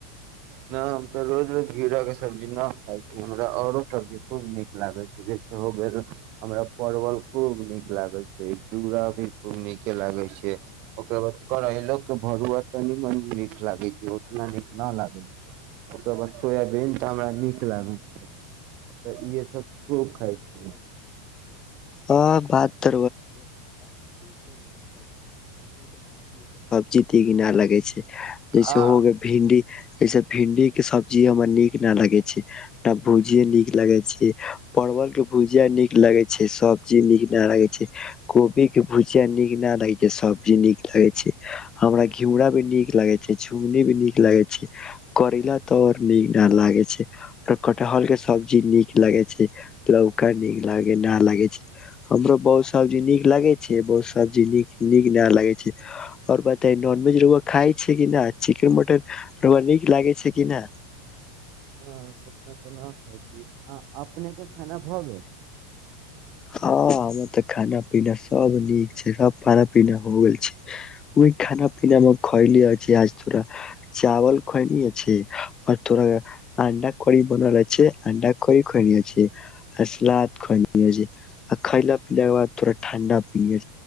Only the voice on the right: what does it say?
नहि हम तऽ रोज रोज घीर के सब्जी न खाइ छी हमरा आऔरो सब्जी खूब नीक लागे छैय जैसे हो गेल हमरा परवल खूब नीक लागैत छैय झूरा भी खूब नीके लागे छैय ओकर बाद करैलोक के भरुआ तनि म नीक लागे छैय उतना न न लागल ओकररा बाद सोयाबीन तऽ हमरा नीक खिलाबै छिय तऽ इे सब खाय छी
आ
ह <unintelligible> आ अपनेके खाना भऽ गेल